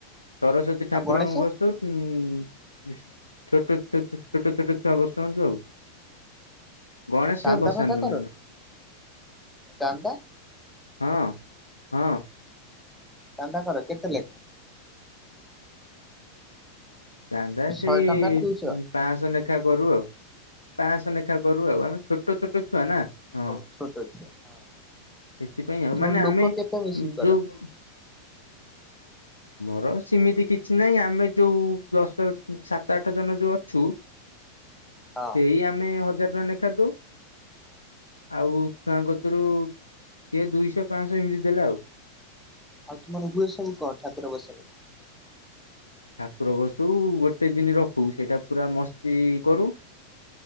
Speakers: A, on the left; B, in the centre.
A: ସରସ୍ଵତୀ ଠାକୁରଙ୍କୁ
B: ଆଉ ଗଣେଶ
A: ବସଉ। ଉଁ ଛୋଟ ଛୋ ଛୋଟ ଛୋଟ ଛୁଆ ବସନ୍ତୁ ଆଉ। ଗଣେଶ
B: ଚାନ୍ଦା
A: ବସାନ୍ତୁନି
B: ଫାନ୍ଦା କର
A: ଆମେ।
B: ଚାନ୍ଦା
A: ହଁ ହଁ।
B: ଚାନ୍ଦା କର କେତେ ଲେ?
A: ଚାନ୍ଦା ସେଇ
B: ଶହେ ଟଙ୍କା ନା ଦୁଇଶହ
A: ପାଁ ଶହ ନେଖା କରୁ ଆଉ। ପାଁଶହ ନେଖା କରୁ ଆଉ ଆମେ ଛୋଟ ଛୋଟ ଛୁଆ ନା ହଁ।
B: ହଉ ଛୋଟ ଛୁଆ ହଁ।
A: ସେଥିପାଇଁ ଆଉ
B: ତୁମର
A: ମାନେ
B: ଲୋକ
A: ଆମେ
B: କେତେ ମିଶିକି କର
A: ଯୋଉ ମୋର ସେମିତି କିଛି ନାହିଁ ଆମେ ଯୋଉ ଦଶ ସାତ ଆଠ ଜଣ ଯୋଉ ଅଛୁ
B: ହଁ
A: ସେଇ ଆମେ ହଜାର ଟଙ୍କା ନେଖା ଦଉ। ଆଉ ଛୁଆଙ୍କ କତୁରୁ କିଏ ଦୁଇଶହ ପାଁଶହ ଏମିତି ଦେଲା ଆଉ।
B: ଆଉ ତୁମର ହୁଏ ସବୁ କଣ ଠାକୁର ବସାରେ?
A: ଠାକୁର ବସଉ ଗୋଟେ ଦିନି ରଖୁ ସେଇଟା ପୁରା ମସ୍ତି କରୁ।